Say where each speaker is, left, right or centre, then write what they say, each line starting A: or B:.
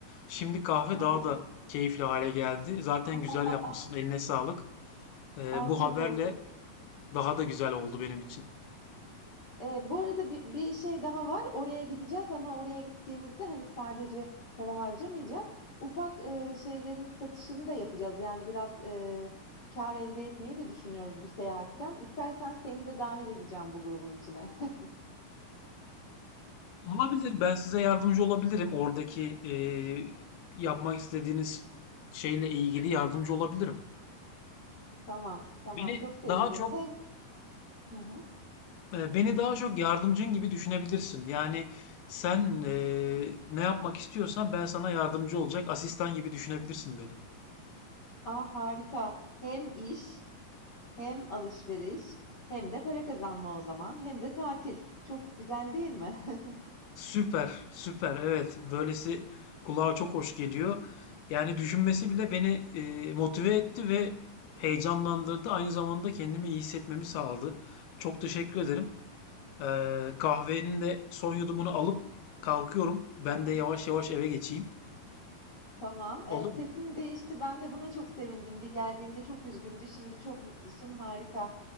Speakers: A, on the left (about 80°); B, on the left (about 50°).
A: Şimdi kahve
B: Hı
A: daha
B: hı.
A: da keyifli hale geldi. Zaten
B: <laughs>
A: güzel yapmışsın. Eline sağlık. Ee,
B: Afiyet
A: bu haberle
B: olsun.
A: daha da güzel oldu benim için.
B: Eee, bu arada bi bir şey daha var. Oraya gideceğiz ama oraya gittiğimizde, hani, sadece para harcamayacağız. Ufak, eee, şeylerin satışını da yapacağız. Yani biraz, eee, kâr elde etmeyi de düşünüyoruz bu seyahatten. İstersen seni de dahil edeceğim bu grubun içine. <laughs>
A: Olabilir. Ben size yardımcı olabilirim. Oradaki e, yapmak istediğiniz şeyle ilgili yardımcı olabilirim.
B: Tamam, tamam.
A: Beni
B: Çok sevindim.
A: daha çok
B: Hem Hı hı.
A: e, beni daha çok yardımcın gibi düşünebilirsin. Yani sen e, ne yapmak istiyorsan ben sana yardımcı olacak asistan gibi düşünebilirsin beni.
B: A, harika. Hem iş, hem alışveriş, hem de para kazanma o zaman, hem de tatil. Çok güzel değil mi? <laughs>
A: Süper, süper. Evet, böylesi kulağa çok hoş geliyor. Yani düşünmesi bile beni e, motive etti ve heyecanlandırdı. Aynı zamanda kendimi iyi hissetmemi sağladı. Çok teşekkür ederim. Ee, kahvenin de son yudumunu alıp kalkıyorum. Ben
B: Hı hı.
A: de yavaş yavaş eve geçeyim.
B: Tamam.
A: Olur
B: Eee, sesin
A: mu?
B: değişti. Ben de buna çok sevindim. Bir geldiğinde çok üzgündü. Şimdi çok mutlusun. Harika